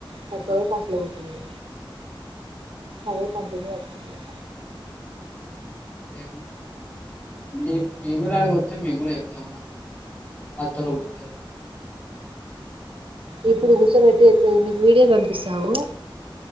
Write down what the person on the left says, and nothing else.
ఆ
ఏంలా మేం మేంగూడా ఆడికొస్తే మేము కూడా చెప్తాన్నా అత్తలో బుత్తరో